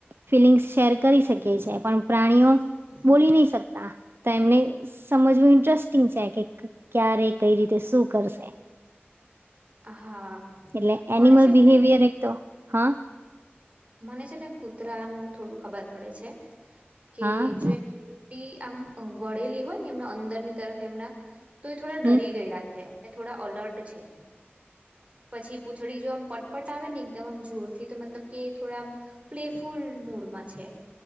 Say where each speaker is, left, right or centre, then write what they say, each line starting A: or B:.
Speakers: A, on the right (about 65°); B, on the right (about 30°).
A: ફિલિંગ્સ શેર કરી શકીએ છીએ પણ પ્રાણીઓ
B: હમ
A: બોલી નહી શકતા તો એમને સમજવું ઇન્ટરેસ્ટિંગ છે કક ક્યારે કઈ રીતે શું કરશે
B: હા
A: એટલે એનિમલ
B: મને છે
A: બિહેવિયર
B: ને
A: એક તો હા
B: મને છે ને કૂતરાનુંું થોડું ખબર પડે છે
A: હા
B: કે જો આમ વળેલી હોય ને એમના અંદરની તરફ એમના તો એ થોડા ડરી
A: હમ
B: ગયેલા છે અને થોડા અલર્ટ છે પછી પૂછડીી જો આમ પટપટ આવે ને એકદમ આમ જોરથી તો મતલબ કે થોડા પ્લેફુલ મડમાં છે